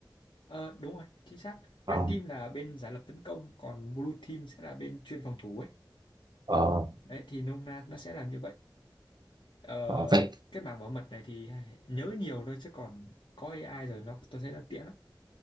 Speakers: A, on the left; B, on the right.
A: ờ đúng rồi chính xác
B: Ờ,
A: Red Team là bên giả lập tấn công còn Blue Team sẽ là bên chuyên phòng thủ ấy
B: Ờ, ờ,
A: đấy thì nôm na nó sẽ là như vậy ờ,
B: ờ, Vậy
A: cái mảng bảo mật này thì nhớ nhiều thôi chứ còn có AI rồi nó tôi thấy nó tiện lắm